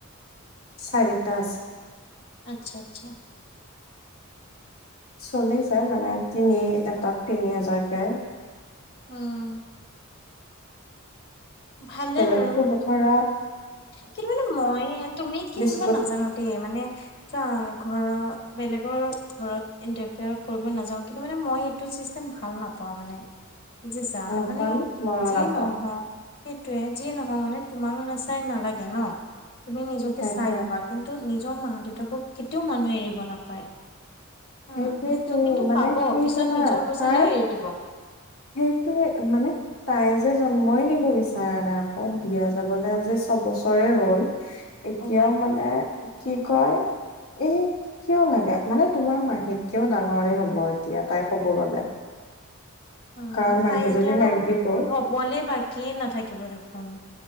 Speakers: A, on the left; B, on the left.
A: চাৰিটা আছে।
B: আচ্ছা আচ্ছা।
A: চলিছে মানে তিনি এটাত তিনি হাজাৰকে।
B: ওম। ভালেই
A: বেলেগতো
B: বাৰু।
A: বথৰা
B: কিন্তু মানে মই তুমি কিবা
A: বিস্কুট
B: নাজানো দেই মানে চোৱা ঘৰৰ বেলেগৰ ঘৰত ইণ্টাৰফেয়াৰ কৰিব নাযাও কিন্তু মানে মই টো চিষ্টেম ভাল নাপাওঁ মানে বুজিছা
A: নোপোৱা
B: মানে
A: নে মইয়ো
B: যিয়ে
A: নাপাওঁ
B: নহওঁ সেইটোয়ে যিয়ে নহক মানে তোমাক নাচাই নালাগে ন, তুমি নিজকে
A: সেইটোৱে
B: চাই ল'বা। কিন্তু নিজৰ মা - দেউতাকক কেতিয়াও মানুহে এৰিব নাপায়। উম
A: সেইটোৱেতো
B: সেইটো কিন্তু
A: মানে
B: পাব
A: কি
B: পিছত
A: জানা
B: নিজৰ ল'ৰা
A: তাৰ
B: - ছোৱালীও এৰি দিব।
A: সেইটোৱে মানে তাই যে জন্মই দিব বিচাৰা নাই আকৌ বিয়া যাবলে আজি ছবছৰে হ'ল।
B: <inaudible>
A: এতিয়াও মানে
B: গড
A: কি কয়, এই কিয় লাগে মানে তোমাৰ মাহী হেটকেও ডাঙৰে হব এতিয়া তাই কব গ'লে।
B: অ
A: কাৰণ মাহী
B: তাই এতিয়া
A: যদি
B: আৰু
A: নাইনটি টু
B: হবলে বাকীয়েই নাথাকিব দেখোন।